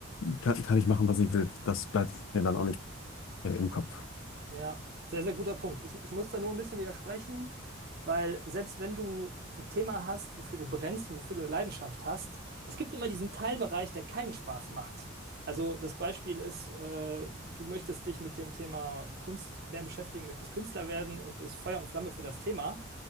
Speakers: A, on the left (about 70°); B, on the right (about 50°).
A: kann, kann ich machen, was ich will. Das bleibt mir dann auch nicht äh, im Kopf. <laughs>
B: Ja, sehr, sehr guter Punkt. Ich, ich muss da nur ein bisschen widersprechen, weil selbst wenn du ein Thema hast, wofür du brennst und wofür du eine Leidenschaft hast, es gibt immer diesen Teilbereich, der keinen Spaß macht. Also das Beispiel ist, äh, du möchtest dich mit dem Thema Kunst mehr beschäftigen, möchtest Künstler werden und bist Feuer und Flamme für das Thema.